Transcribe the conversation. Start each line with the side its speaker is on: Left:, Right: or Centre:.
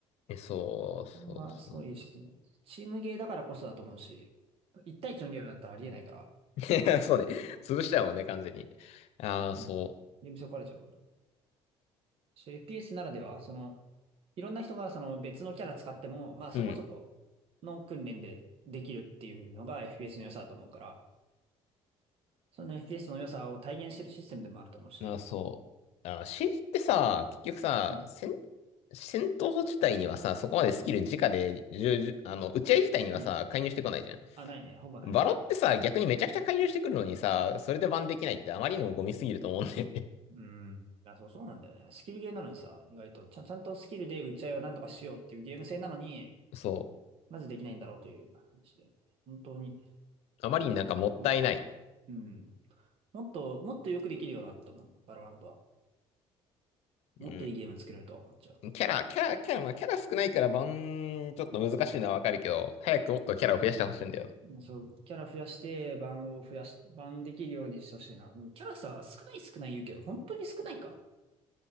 Left: え、そう、そう、
Right: これはすごいいいシステム。
Left: そう。
Right: チームゲーだからこそだと思うし、1対1のゲームだったらありえないから、
Left: <laughs> いや、そうね。潰しちゃうもんね、完全に。ああ、そ
Right: うんで、見損壊れちゃうから。そう FPS ならでは、その、いろんな人がその別のキャラ使っても、まあそこそこの訓練でできるっていうのが
Left: う。うん。
Right: FPS の良さだと思うから、その FPS の良さを体現してるシステムでもあると思うし。
Left: ああ、そう。ああ、シージーってさ、結局さ、
Right: うん。
Left: 戦、戦闘自体にはさ、そこまでスキル直で、じゅうじゅあの、打ち合い自体にはさ、
Right: うん。
Left: 介入してこないじゃ
Right: あ、ないね。ほぼないね。
Left: ん。バロってさ、逆にめちゃくちゃ介入してくるのにさ、それでバンできないってあまりにもゴミすぎると思うんだよね。
Right: うん。いや、そう、そうなんだよね。スキルゲーなのにさ、意外と、ちゃん、ちゃんとスキルで打ち合いをなんとかしようっていうゲーム性なのに、
Left: <laughs> そ
Right: なぜできないんだろうという話で。本当に、
Left: う。あまりになんかもったいない。
Right: なんか、まあまあ、うん。もっと、もっとよくできるよなって思う、バロラントは。もっといいゲーム作れるとは思っちゃう。
Left: うん。キャラ、キャラ、キャラ、まあ、キャラ少ないからバン、ちょっと難しいのはわかるけど、早くもっとキャラを増やしてほしいんだよな。
Right: そう、キャラ増やして、版を増やし、版できるようにしてほしいな。でもキャラさ、少ない少ない言うけど、本当に少ないか。